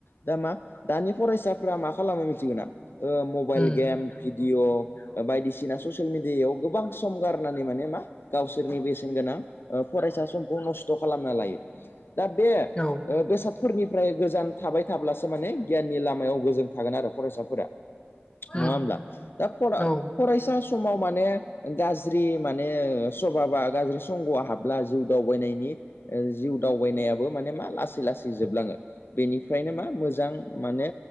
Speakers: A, on the left; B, on the left.
A: दा मा दानि फरायसाफ्रा मा खालामो मिथिगो ना ओ मबाइल
B: उम
A: गेम भिडिअ ओ बायदिसिना ससियेल मिडियायाव गोबां सम गारनानै माने मा गावसोरनि बेसेन गोनां ओ फरायसा समखौ नस्थ' खालामना लायो। दा बे ओ
B: औ
A: बेसाद फोरफोरनिफ्राय गोजान थाबाय थाब्लासो माने गियाननि लामायाव गोजों थागोन आरो फरायसाफोरा।
B: उम
A: नङा होमब्ला दा फरा
B: औ उम
A: फरायसा समाव माने गाज्रि माने बवाबा गाज्रि संग'आ हाबला जिउ दावबायनायनि ओ जिउ दावबायनायाबो माने मा लासै लासै जोबलाङो बेनिफ्रायनो मा मोजां माने